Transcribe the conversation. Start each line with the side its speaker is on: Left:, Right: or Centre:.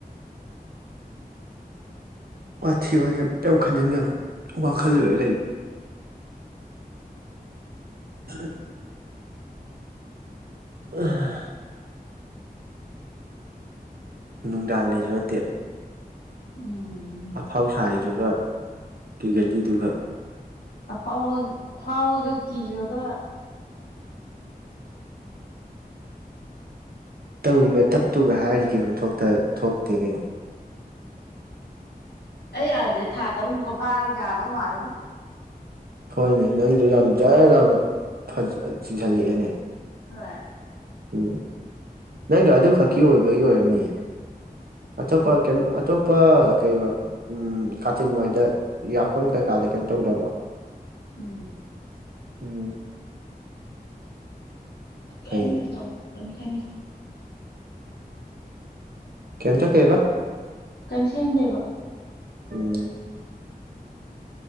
Right: ꯄꯥꯊꯤ ꯋꯥꯔꯦꯝ ꯌꯥꯝ ꯈꯟꯖꯤꯟꯒꯅꯨ ꯋꯥꯈꯜꯗ ꯂꯣꯏ ꯂꯩꯕꯅꯤ ꯐ <inaudible> ꯎ <inaudible> ꯅꯨꯡꯗꯥꯡꯅꯦꯁꯨ ꯅꯠꯇꯦ
Left: ꯎꯝ
Right: ꯑꯐꯥꯎ ꯁꯥꯏꯗꯨꯒ ꯀꯤꯒꯜꯂꯤꯗꯨꯒ
Left: ꯑꯐꯥꯎꯕ ꯐꯥꯎꯕꯒ ꯀꯤꯕꯒ
Right: ꯇꯧꯔꯤꯕ ꯗꯞꯇꯨꯒ ꯍꯥꯏꯔ ꯀꯤꯐꯝ ꯊꯣꯛꯇꯦ ꯊꯣꯛꯇꯦ ꯀꯩꯅꯣ
Left: ꯑꯩ ꯌꯥꯗ꯭ꯔꯦ ꯊꯥ ꯇꯔꯨꯛꯃꯨꯛꯀ ꯐꯥꯔ ꯌꯥꯗꯧ ꯃꯥꯜꯂꯦꯕꯣ
Right: ꯍꯣꯏꯅꯦ ꯅꯪꯗꯨ ꯌꯥꯝ ꯖꯔ ꯌꯥꯝꯅ ꯆꯤꯡꯁꯤꯜꯂꯛꯑꯦꯅꯦ
Left: ꯍꯣꯏ
Right: ꯎꯝ ꯅꯪꯗꯣ ꯑꯗꯨ ꯈꯛꯀꯤ ꯑꯣꯏꯕꯒꯤ ꯑꯣꯏꯔꯝꯃꯤꯌꯦ ꯑꯇꯣꯞꯄ
Left: ꯎꯝ
Right: ꯀ ꯑꯇꯣꯞꯄ ꯀꯩ ꯎꯝ ꯀꯥꯆꯤꯟ ꯅꯋꯥꯏꯗ ꯌꯥꯐꯝ ꯀꯩꯀꯥꯗ ꯀꯩꯝ ꯇꯧꯗꯕ꯭ꯔꯥ
Left: ꯎꯝ
Right: ꯎꯝ
Left: ꯀꯩꯝ
Right: ꯐꯩꯅꯦ
Left: ꯇꯧꯕ ꯑꯗꯨꯝ ꯁꯦꯝꯅꯦ
Right: ꯀꯝꯇ ꯀꯩꯕꯥ
Left: ꯀꯔꯤꯝ ꯁꯦꯝꯗꯦꯕ
Right: ꯎꯝ